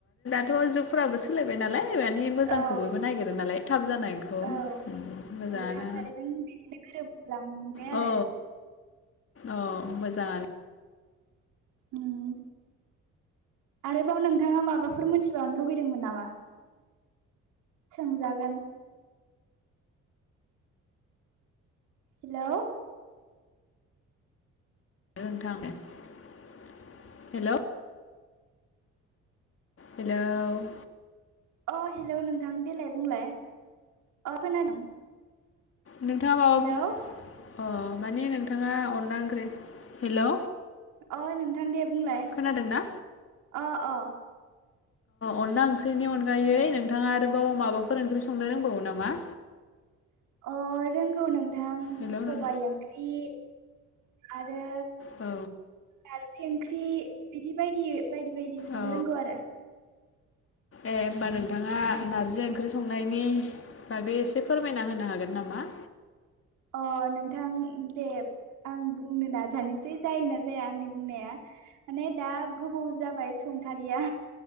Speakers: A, on the left (about 50°); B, on the right (about 90°).
A: दाथ' जुगफोराबो सोलायबाय नालाय। मानि मोजांखौ
B: औ
A: बयबो नागिरो नालाय थाब जानायखौ
B: औ
A: मोजाङानो।
B: औ थासारिजों बिदिनो गोरोबलांबाय आरो।
A: औ औ मोजां।
B: उम। आरोबाव नोंथाङा माबाफोर मोनथिबावनो लुबैदोंमोन नामा? सोंजागोन? हेल'।
A: नोंथां हेल'। हेल'।
B: अ हेलौ नोंथां देलाय बुंलाय। अ खोनादों।
A: नोंथाङा माबा
B: हेलौ
A: बुं, अ मानि नोंथाङा अनला ओंख्रि, हेल'।
B: अ नोंथां दे बुंलाय
A: खोनादोंना
B: अ अ।
A: अनला ओंख्रिनि अनगायै नोंथाङा आरोबाव माबाफोर ओंख्रि संनो रोंबावो नामा?
B: <inaudible> अ रोंगौ नोंथां
A: हेलौ
B: सबाय
A: नों
B: ओंख्रि आरो
A: औ।
B: नारजि ओंख्रि बिदि बायदि -बायदि- बायदि संनो
A: औ
B: रोंगौ आरो।
A: ए होमबा नोंथाङा, नारजि ओंख्रि संनायनि बागै एसे फोरमायना होनो हागोन नामा?
B: अ। नोंथां दे, आं बुंनो नाजानोसै जायोना जाया आंनि बुंनाया <unintelligible> माने दा गोबाव जाबाय संथारिया।